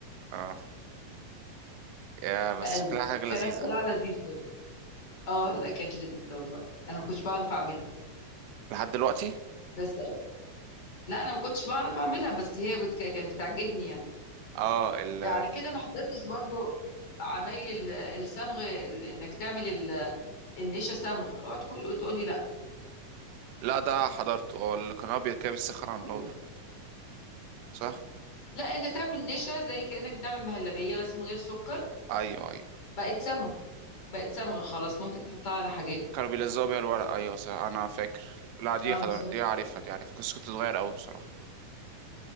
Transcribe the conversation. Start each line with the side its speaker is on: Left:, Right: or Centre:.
Right: اه يا بس
Left: قال
Right: شكلها حاجة لذيذة
Left: كان اختراع لذيذ برضه. اه لا كانت لذيذة والله أنا ما كنتش بعرف أعملها
Right: لحد دلوقتي
Left: بس لا أنا ما كنتش بعرف أعملها بس هي بت... كانت بتعجبني يعني
Right: اه ال...
Left: على كده ما حضرتش برضه عمايل ال- الصمغ ال- إنك تعمل ال- النشا صمغ اوعى تقول تقول لي لا
Right: لا ده حضرته اه اللي كان ابيض كده بيسخن على
Left: ايوه
Right: النار صح
Left: لا انت تعمل نشا زي كانك بتعمل مهلبيه بس من غير سكر
Right: ايوه ايوه
Left: بقت صمغ بقت صمغة خلاص ممكن تحطها على حاجات
Right: كانوا بيلزقوا بيها الورق ايوه صح انا فاكر لا دي
Left: اه
Right: حضر
Left: بالظبط
Right: دي عارفها دي عارفها بس كنت صغير قوي بصراحة